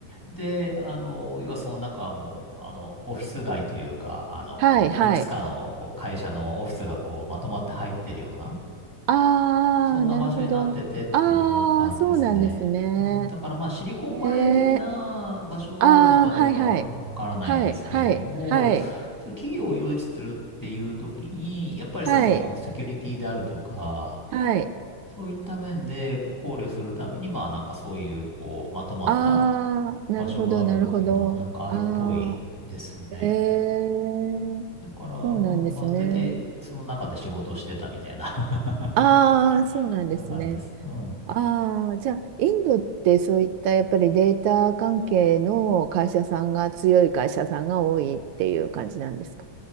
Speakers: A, in the centre; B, on the right.
A: で、あの、要はその中はもう、あの、オフィス街というか、あの、
B: ー、
A: こう、
B: はい、はい、
A: いくつかのこう会社のオフィスがこう、まとまって入ってるような、
B: ああ、
A: そんな場所になっててっていう感じですね。
B: なるほど。ああ、そうなんですね。
A: うんだからまあ、シリコンバレー的な場所があるのかどうなのかはわからないんですけれども、
B: ねえ。ああ、はいはい。はい、はい、はい、
A: そう企業を誘致するっていう時に、やっぱりその、
B: はい、
A: セキュリティであるとか、
B: はい。
A: そういった面でこう考慮するために、まあなんかそういう、こう、まとまった、
B: ああ、
A: 場所があるっていうのはなんかあるっぽいですよね。
B: なるほど、なるほど。ああ、ええ、
A: だから、うん、
B: そうなんですね。
A: まあ、大体その中で仕事をしてたみたいな
B: ああ、そうなんですね。
A: <laughs> な感じです。うん。
B: ああ、じゃあ、インドってそういったやっぱりデータ関係の会社さんが強い会社さんが多いっていう感じなんですか